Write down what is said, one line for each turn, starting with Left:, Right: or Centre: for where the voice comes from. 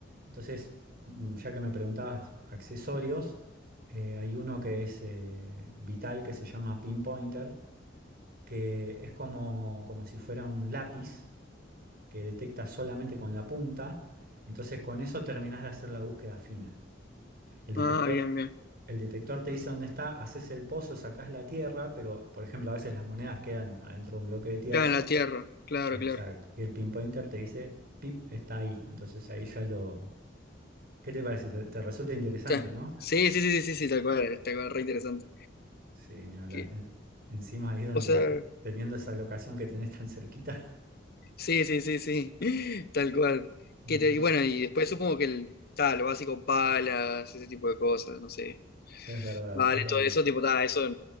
Right: Entonces, mm, ya que me preguntabas accesorios, eh, hay uno que es eh, vital que se llama pinpointer que es como, como si fuera un lápiz que detecta solamente con la punta. Entonces con eso terminás de hacer la búsqueda fina. El detector,
Left: Ah, bien, bien.
Right: el detector te dice dónde está, haces el pozo, sacás la tierra, pero por ejemplo a veces las monedas quedan adentro de un bloque de tierra.
Left: Claro, en la Tierra. Claro,
Right: Exacto.
Left: claro.
Right: Y el pinpointer te dice, pip, está ahí. Entonces ahí ya lo... ¿Qué te parece? Te, te resulta interesante,
Left: Claro.
Right: ¿no?
Left: Sí, sí, sí, sí, sí, sí, tal cual, tal cual, re interesante.
Right: Sí, ni hablar.
Left: Que,
Right: En- encima ahí donde,
Left: o sea,
Right: teniendo esa locación que tenés tan cerquita.
Left: sí, sí, sí, sí, <laughs> tal cual.
Right: <laughs> Ujú.
Left: Que te- y bueno, y después supongo que el, ta, lo básico, palas, ese tipo de cosas, no sé.
Right: Es verdad,
Left: Vale,
Right: es verdad.
Left: todo eso, tipo, ta, eso,